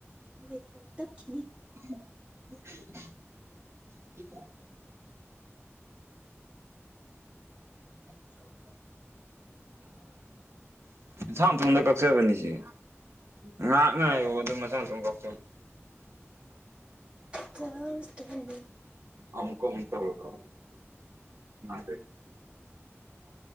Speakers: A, on the right (about 20°); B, on the right (about 65°).
A: ꯂꯩꯠ ꯀꯣ ꯇꯠꯈꯤꯅꯤ
B: <unintelligible> ꯑ
A: ꯔꯣ
B: ꯊꯥꯎ ꯇꯗ ꯀꯁꯥꯕꯅꯤꯁꯤ ꯉꯍꯥꯛ ꯉ ꯑꯗꯨ ꯃꯊꯊ ꯀꯥꯎ
A: ꯆꯥꯎꯁ ꯐꯅꯤ
B: ꯑꯃꯀ ꯑꯃꯛꯇꯀ ꯃꯥꯁ